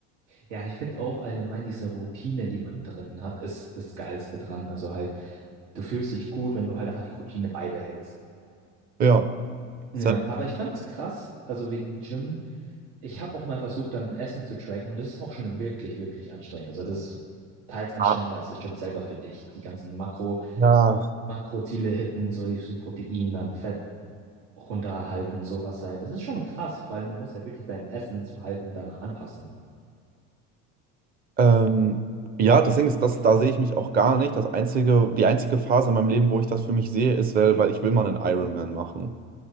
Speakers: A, on the right; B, on the right.
A: ja, ich finde auch allgemein diese Routine, die man drin hat, ist das Geilste dran. Also halt, du fühlst dich gut, wenn du halt einfach die Routine beibehältst.
B: Ja.
A: Ja,
B: Selbst-
A: aber ich fand's krass, also wegen Gym. ich habe auch mal versucht, dann Essen zu tracken und das ist auch schon wirklich, wirklich anstrengend. Also das ist teils anstrengender
B: Ah,
A: als das Gym selber, finde ich. Die ganzen Makro,
B: Ja.
A: Makroziele hitten, so wie die Protein, dann Fett runterhalten, sowas halt. Das ist schon krass, vor allem du musst ja wirklich dein Essensverhalten danach anpassen.
B: Ähm, ja, deswegen ist, das, da sehe ich mich auch gar nicht. Das einzige, die einzige Phase in meinem Leben, wo ich das für mich sehe, ist, weil, weil ich will mal einen Ironman machen.